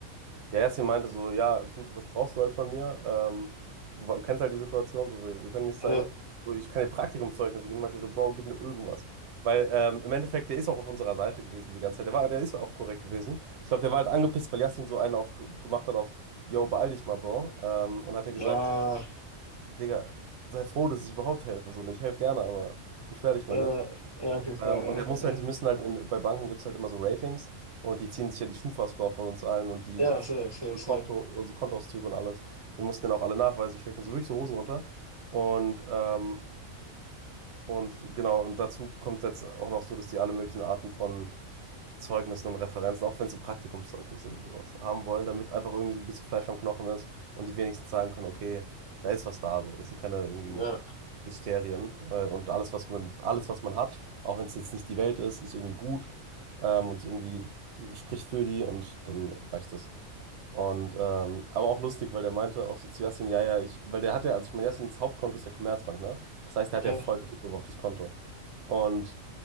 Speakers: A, on the right; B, on the right.
A: Ja, Yasin meinte so, ja, gut, was brauchst du halt von mir? Ähm, ich, du kennst halt die Situation, so, wir, wir können nichts
B: Ja,
A: zeigen. So, ich kann dir Praktikumszeugnisse geben. Meinte er so, Bro, gib mir irgendwas. Weil ähm, im Endeffekt, der ist auch auf unserer Seite gewesen die ganze Zeit. Der war, der ist ja auch korrekt gewesen. Ich glaube, der war halt angepisst, weil Yasin so einen auf, gemacht hat auf, yo, beeil dich mal, Bro. Ähm, und hat er
B: ja,
A: gesagt, Digga, sei froh, dass ich überhaupt helfe. So, und ich helfe gerne, aber beschwer dich
B: ja,
A: mal nicht.
B: ja, okay, fair,
A: Ähm, und
B: ja,
A: der muss halt,
B: ja.
A: die müssen halt, in, bei Banken gibt es halt immer so Ratings und die ziehen sich ja die Schufa-Score von uns allen und die
B: Ja,
A: ziehen
B: safe, safe,
A: unsere
B: safe.
A: Konto, unsere Kontoauszüge und alles. Wir mussten denen auch alle Nachweise schicken, so wirklich so Hosen runter. Und, ähm, und genau, und dazu kommt jetzt auch noch so, dass die alle möglichen Arten von Zeugnissen und Referenzen, auch wenn es so Praktikumszeugnisse und sowas haben wollen, damit einfach irgendwie so ein bisschen Fleisch am Knochen ist und die wenigstens sagen können, okay, da ist was da, so. Das sind keine irgendwie
B: Ja,
A: Mysterien äh, und alles, was man, alles, was man hat, auch wenn es jetzt nicht die Welt ist, ist irgendwie gut ähm, und irgendwie spricht für die und dann reicht das. Und ähm, aber auch lustig, weil der meinte auch so zu Yassin, ja, ja, ich, weil der hat ja, also ich meine, Yassins Hauptkonto ist ja Commerzbank, ne? Das heißt, der hat
B: ja,
A: ja voll Zugriff auf das Konto. Und